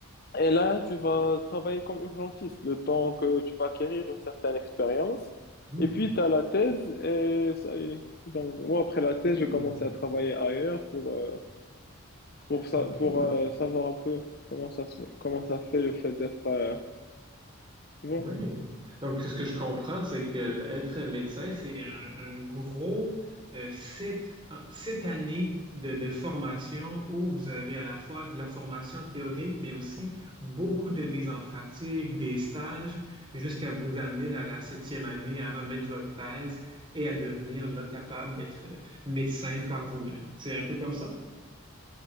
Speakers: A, on the left (about 45°); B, on the right (about 25°).
A: Et là, tu vas travailler comme urgentiste le temps que tu vas acquérir une certaine expérience.
B: hmm.
A: Et puis, tu as la thèse et ça y est. Donc, moi, après la thèse,
B: Hey,
A: j'ai commencé à travailler ailleurs pour euh, pour ça,
B: OK.
A: pour euh, savoir un peu comment ça se- comment ça fait le fait d'être, euh, tu vois.
B: Oui. Donc, ce que je comprends, c'est que être médecin, c'est un, un gros euh, sept, sept années de, de formation où vous avez à la fois de la formation théorique, mais aussi beaucoup de mise en pratique, des stages, jusqu'à vous amener à la septième année à remettre votre thèse et à devenir là, capable d'être euh, médecin par vous-même. C'est un peu comme ça?